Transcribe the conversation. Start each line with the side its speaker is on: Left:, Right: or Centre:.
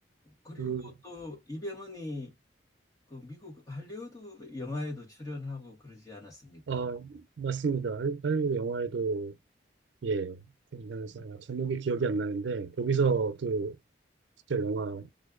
Left: 그리고
Right: 그,
Left: 또 이병헌이 그 미국 할리우드 영화에도 출연하고 그러지 않았습니까?
Right: 아, 맞습니다. 할리우드 영화에도 예, 등장해서 아, 제목이 기억이 안 나는데 거기서 또 진짜 영화